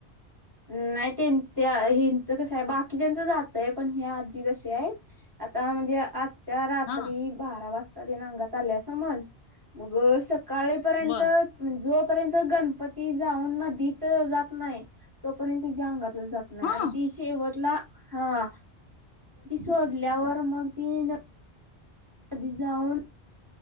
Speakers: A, on the right (about 20°); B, on the left (about 75°).
A: नाही त्यां हच कस आहे बाकीच्याच जातय पण हे आजी कसे आहेत आता म्हणजे आ च्या रात्री
B: हा
A: बारा वाजता तेंगात आल्या समज मग काळेपर्यंत
B: बर
A: जोपर्यंत गणपती जाऊन नदीत जात नाही तोपर्यंत तिच्या अंगातला जात नाही
B: हा
A: आणि ती ती शेवटला हं सोडल्यावर मग ती कधी जाऊन